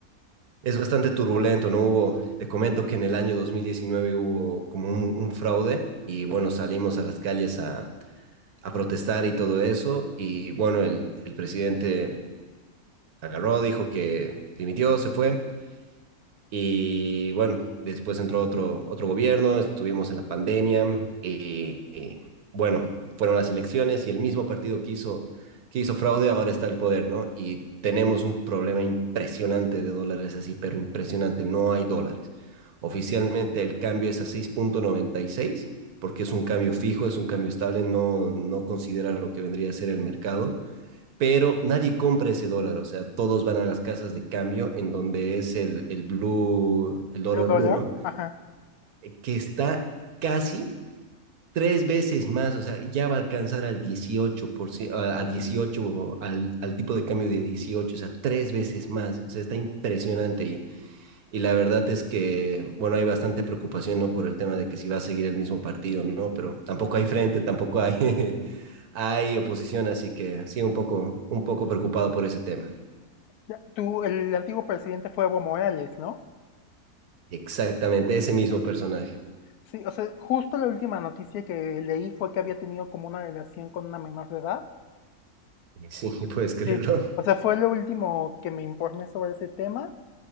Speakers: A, on the right; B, on the left.
A: es bastante turbulento, ¿no? Hubo, te comento que en el año 2019 hubo como un, un fraude y bueno, salimos a las calles a, a protestar y todo eso y bueno, el, el presidente agarró, dijo que dimitió, se fue Y bueno, después entró otro, otro gobierno, estuvimos en la pandemia. Y, y bueno, fueron las elecciones y el mismo partido que hizo, que hizo fraude ahora está al poder, ¿no? Y tenemos un problema impresionante de dólares así, pero impresionante, no hay dólares. Oficialmente el cambio es a seis punto noventa y seis porque es un cambio fijo, es un cambio estable, no, no considera lo que vendría a ser el mercado pero nadie compra ese dólar, o sea, todos van a las casas de cambio en donde es el, el blue, el dólar
B: ¿De dólar?
A: blue, ¿no?
B: Ajá.
A: Eh, Que está casi tres veces más, o sea, ya va a alcanzar al 18%, a a 18, al, al tipo de cambio de 18, o sea, tres veces más, o sea, está impresionante y, y la verdad es que, bueno, hay bastante preocupación, ¿no? Por el tema de que si va a seguir el mismo partido, ¿no? Pero tampoco hay frente, tampoco hay, <laughs> hay oposición, así que sí, un poco, un poco preocupado por ese tema.
B: Ya, Tú, el antiguo presidente fue Evo Morales, ¿no?
A: Exactamente ese mismo personaje.
B: Sí, o sea, justo la última noticia que leí fue que había tenido como una relación con una menor de edad.
A: Sí, <laughs> puedes creerlo.
B: Sí, O sea, fue lo último que me informé sobre ese tema.